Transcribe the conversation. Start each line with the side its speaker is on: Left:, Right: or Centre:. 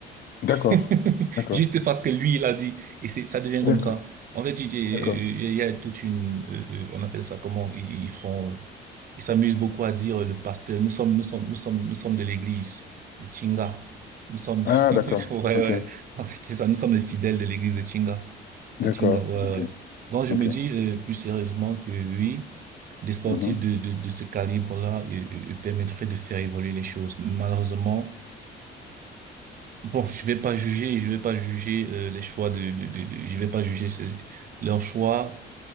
Left: D'accord,
Right: <laughs>
Left: d'accord,
Right: Juste parce que lui, il a dit. Et c'est, ça devient
Left: d'accord,
Right: comme ça. En fait, il il-
Left: d'accord.
Right: il y a toute une, euh, euh, on appelle ça comment, ils ils font, euh, ils s'amusent beaucoup à dire, euh, le pasteur, nous sommes, nous sommes, nous sommes, nous sommes de l'église de Chinga. Nous sommes,
Left: Ah,
Right: <laughs>
Left: d'accord,
Right: ouais,
Left: ok,
Right: ouais. En fait, c'est ça, nous sommes les fidèles de l'église de Chinga. De
Left: d'accord,
Right: Chinga, ouais,
Left: ok,
Right: ouais. Donc, je
Left: ok,
Right: me dis, euh, plus sérieusement que oui, des sportifs
Left: mhm,
Right: de, de, de ce calibre-là, euh, euh, euh, permettraient de faire évoluer les choses. Malheureusement, Bon, je vais pas juger, je vais pas juger euh, les choix de, de, de, de- je vais pas juger ces- leurs choix,